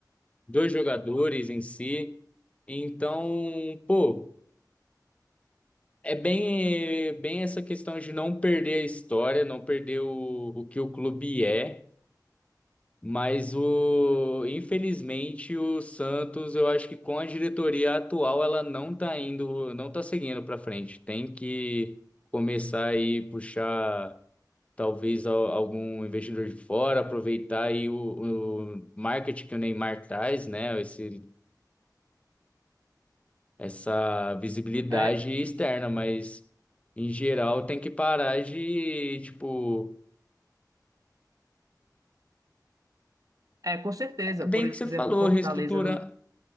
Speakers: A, on the left; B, on the right.
A: dos jogadores em si. Então, pô, é bem, bem essa questão de não perder a história, não perder o, o que o clube é. Mas o, infelizmente, o Santos, eu acho que com a diretoria atual, ela não tá indo, não tá seguindo para frente. Tem que começar aí puxar talvez al- algum investidor de fora, aproveitar aí o, o marketing que o Neymar traz, né? Esse, essa visibilidade
B: É,
A: externa, mas em geral tem que parar de, tipo,
B: é, com certeza.
A: é bem
B: Por exemplo,
A: o que você falou,
B: Fortaleza
A: reestruturar,
B: no,